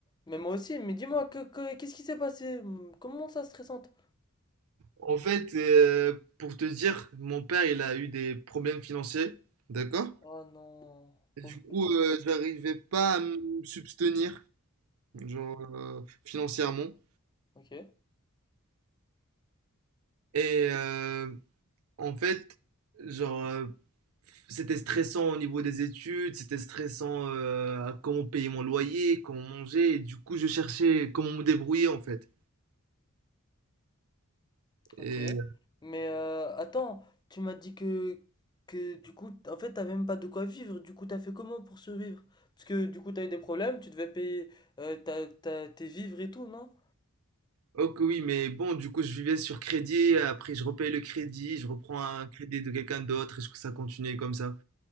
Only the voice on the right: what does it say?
En fait, euh, pour te dire, mon père, il a eu des problèmes financiers, d'accord?
Et
Du
coup, euh, j'arrivais pas à me subvenir, genre euh, financièrement.
Et euh, En fait, genre, heu, c'était stressant au niveau des études, c'était stressant, heu, à comment payer mon loyer, comment manger et du coup, je cherchais comment me débrouiller, en fait et
oh oui, mais bon, du coup, je vivais sur crédit, après je repaye le crédit, je reprends un crédit de quelqu'un d'autre et jusque ça continuait comme ça.